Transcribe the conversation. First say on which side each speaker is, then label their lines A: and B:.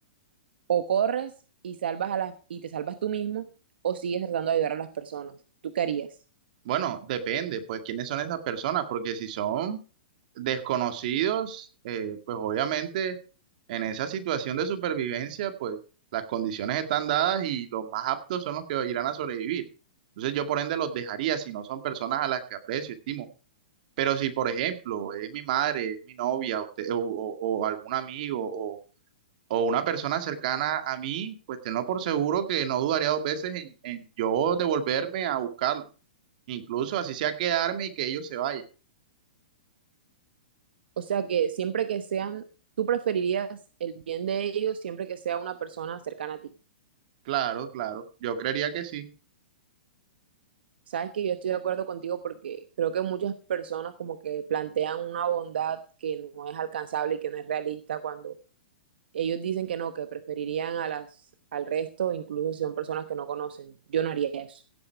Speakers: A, on the right; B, on the right.
A: O corres y salvas a las y te salvas tú mismo, o sigues tratando de ayudar a las personas. ¿Tú qué harías?
B: Bueno, depende, pues, quiénes son esas personas, porque si son desconocidos, eh, pues obviamente en esa situación de supervivencia, pues las condiciones están dadas y los más aptos son los que irán a sobrevivir. Entonces yo por ende los dejaría si no son personas a las que aprecio, estimo. Pero si, por ejemplo, es mi madre, es mi novia, usted, o, o- o algún amigo o, o una persona cercana a mí, pues tengo por seguro que no dudaría dos veces en, en yo devolverme a buscarlo. Incluso así sea quedarme y que ellos se vayan.
A: O sea que siempre que sean, tú preferirías el bien de ellos siempre que sea una persona cercana a ti.
B: Claro, claro. Yo creería que sí.
A: Sabes que yo estoy de acuerdo contigo porque creo que muchas personas como que plantean una bondad que no es alcanzable y que no es realista cuando ellos dicen que no, que preferirían a las, al resto, incluso si son personas que no conocen. Yo no haría eso.